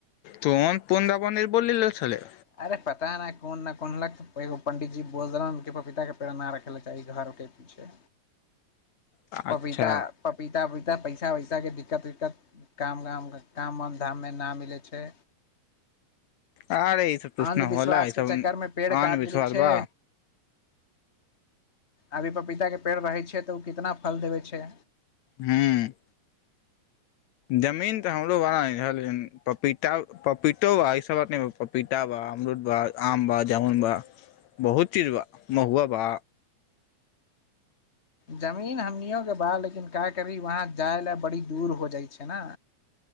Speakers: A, on the left (about 75°); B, on the left (about 25°).
A: तोन पनन्दावनी बल छलै
B: अरे पता नहि कोन नहि कोनलक तऽ एगो पण्डीजी बोलदरामके पपीताके प्रेरणा रखय लेल चाही घरके पीछे
A: अच्छा
B: पपीता पपीता पैसा वैसा के दिक्कत उिक्कत काम वाम काम वाम धाम मे न मिलै छै
A: अरे ई सब तूछ
B: अंधविश्वास
A: ने होल ई
B: के
A: सब
B: चक्कर में पेड़
A: आन
B: काट
A: बिछर
B: देली छै
A: बा
B: अभी पपीता के पेड़ रहै छै तऽ ओ कितना फल देबै छै
A: हँ जमीन तऽ हमरोवलाा नहि रह लेकिन पपीता पपीतो बा इसभ बात नहि पपीता बा अमरूद बा आम बा जामुन बा बहुत चीज बा महुआ बा
B: जमीन हमनिओके बा लेकिन काय करी वहाँ जाय लए बड़ी दूर हो जाइ छै ने